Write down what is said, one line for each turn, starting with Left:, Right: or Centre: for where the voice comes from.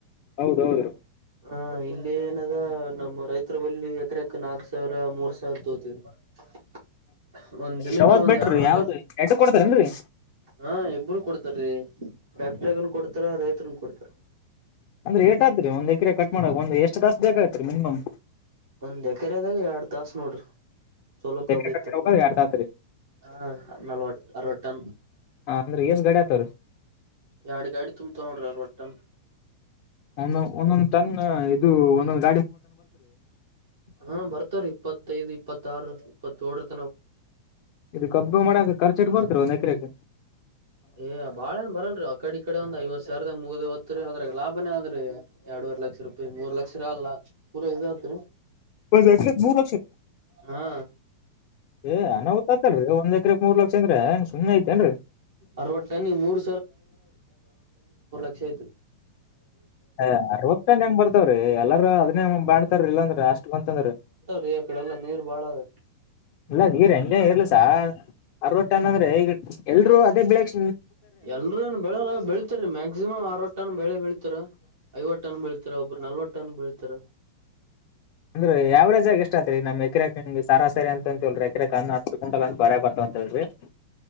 Left: ಹೌದೌದು
Right: ಹ ಇಲ್ಲಿ ಏನದ ನಮ್ಮ್ ರೈತರ ಬಳಿ ಎಕರೆಕ್ ನಾಕ್ ಸಾವಿರ ಮೂರ್ ಸಾವಿರ ದ ತ ರ <unintelligible> ಒಂದ್ ದಿನಕ್ಕೆ
Left: ಯಾವ್ದ್
Right: ಒಂದ್
Left: ಬೆಟ್ರಿ
Right: ಎರ್ನೂಟ
Left: ಯಾವ್ದ್ ಎಡ್ಡು ಕೊಡ್ತಾರೇನ್ರಿ
Right: ಹಾ ಒಬ್ರು ಕೊಡ್ತಾರೀ ಫ್ಯಾಕ್ಟ್ರಗನ್ ಕೊಡ್ತಾರ ರೈತನ್ ಕೊಡ್ತಾರ
Left: ಅಂದ್ರೆ ಏಟ ಆತ್ರಿ ಒಂದ್ ಎಕರೆೆ ಕಟ್ ಮಾಡಕ್ ಒಂದ ಎಷ್ಟು ತಾಸ ಬೇಕ್ತ್ರಿ ಮಿನಿಮಮ್
Right: ಒಂದ್ ಎಕರೆದಾಗ ಎರಡ್ ತಾಸ ನೋಡ್ರಿ ಚಲೋ
Left: ಒಂದ್
Right: ಕಬೂರ್
Left: ಎಕರೆ ಕಟ್
Right: ತಕ
Left: ಮಾಡ್ಬೇಕಾದ್ರೆ ಎರಡ್ ತಾಸ್ರಿ
Right: ಹಾ ನಲವತ್ತು ಅರವತ ಟನ
Left: ಅಂದ್ರೆ ಎಷ್ಟ್ ಗಾಡಿ ಆತಾವ್ರಿ
Right: ಎರಡು ಗಾಡಿ ತುಂಬತಾವ ನೋಡ್ರಿ ಅರ್ ಒಟ್ಟನ್
Left: ಒಂದೊ ಒಂದೊಂದ್ ಟಂಗ ಇದು ಒಂದೊಂದು
Right: ಹಾ ಬರ್ತಾರೀ ಇಪ್ಪತ್ತೈದು ಇಪ್ಪತ್ತಾರು ಇಪ್ಪತ್ತ ೇಳ
Left: ಇದು ಕಬ್ಬು ಮಾಡಕ ಖರ್ಚುಟ್ಟ ಬರ್ತರು ನ ಎಕರೆಗೆ
Right: ಏ ಬಾಳ ಏನ್ ಬರಲ್ರಿ ಆಕಡೆ ಈ ಕಡೆ ಒಂದ್ ಐವ ಸಾವಿರದ ಮೂದ ತ್ರಿ ಅದ್ರಾಗ ಲಾಭನೇ ಅದ್ರರಿ ಎರಡು ರ್ ಲಕ್ಷ ರೂಪಾಯಿ ಮೂರ್ ಲಕ್ಷ ರ ಅಲ್ಲ ಪೂರಾ ಇದತ್ರಿ
Left: ಒಂದ್ ಎಕರೆಕ್ ಮೂರ್
Right: ಹಾ
Left: ಏ್ನ ತ್ ಆತಲ್ರರಿ ಒಂದ್ ಎಕ್ರಕ್ ಮೂರ್ ಲಕ್ಷ ಅಂದ್ರೆಂಗ ಸುಮನೆ ಐತೆೇನ್ರಿ
Right: ಅರವತ್ ಟನ್ನಿಗೆ ಮೂರ್ ಆಯ್ತು
Left: ಹ ಅರವತ್ ತನ ಹೆಂಗ್ ಬರ್ತವ್ರಿ ಎಲ್ಲಾರ ಅದನೇ ಬಾಣ್ತಾರ ಇಲ್ಲಾಂದ್ರಿ ಅಷ್ಟ್ ಬಂತಂದ್ರಿ
Right: ರೀ ಆ ಕಡೆ ಎಲ್ಲ ನೀರ್ ಬಾಳ ಅ್ರ
Left: ಇಲ್ಲ ಈ ರಂ ಇರ್ಲಸ ಅರವಟ ಅನಂದ್ರೆ ಈಗ ಎಲ್ರೂ ಅದೇ ಬೆಳಕ್
Right: ಎಲ್ರ ಏನ್ ಬೆಳೆ ಬೆಳತಾರೀ ಮ್ಯಾಕ್ಸಿಮಮ್ ಆರ್ ವಟ್ಟನ್ ಬೆಳೆ ಬೆಳತಾರ ಐವತ್ತು ಟನ್ ಬೆಳ್ತರ ಒಬ್ಬರು ನಲ್ವತ್ತು ಟನ್ ಬೆಳ್ತಾರ
Left: ಅಂದ್ರೆ ಯಾವರೇಜ್ಗ ಎಷ್ಟ ಅತ್ೀ ನಮ್ ಎಕರೆ ಸ ಸರಿ ಅಂತ ಹೇಳ್ರಿ ಎಕರೆಕ ಅ ಹತ್ತು ಗಂಲ್ ಅಂತ ಬರ ಬರ್ತ ಅಂತರಿ <unintelligible>